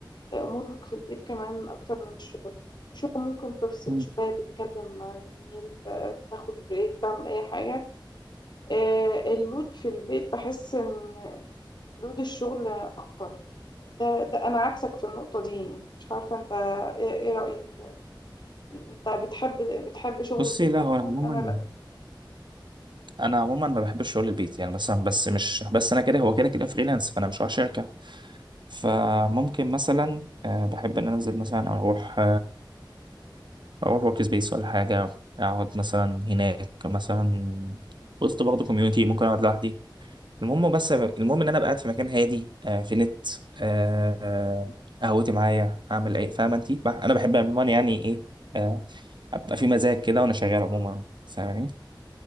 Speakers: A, on the left; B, on the right.
A: مرهق في البيت كمان اكتر من الشغل شو ممكن تفصل
B: مم.
A: شويه تتكلم مع زميل ت- تاخد بريك تعمل اي حاجه آه، اللود في البيت بحس ان لود الشغل اكتر ده ده انا عكسك في النقطة دي مش عارفة انت ايه إيه رأيك يعني انت بتحب بتحب شغل
B: بصي
A: البيت
B: لا
A: اكتر
B: هو انا عموما
A: انا لا
B: انا عموما ما بحبش شغل البيت يعني مثلا بس مش بس انا كده هو كده كده فريلانس فانا مش على شركه فممكن مثلا آه، بحب ان أنا انزل مثلا اروح اروح ورك سبيس ولا حاجه اقعد مثلا هناك مثلا وسط برضه كوميونتي ممكن اقعد لوحدي المهم بس المهم ان انا ابقى قاعد في مكان هادي آه في نت آه آه، قهوتي معايا اعمل ايه فاهمه انت بح- انا بحب عموما يعني ايه آه ابقى في مزاج كده وانا شغال عموما
A: مم.
B: فاهماني